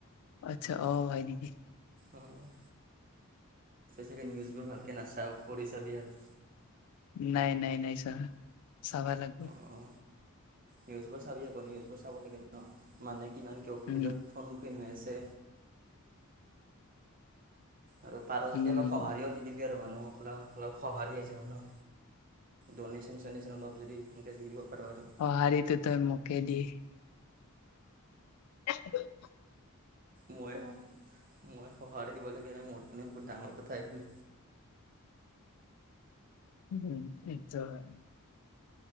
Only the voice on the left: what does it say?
আচ্ছা অ, হয় নেকি?
নাই নাই নাই ছাৰ, চাবা লাগব।
উম
উম
সহাৰিটো তই মোকে দি <inaudible>
উহোম নিশ্চয় হয়।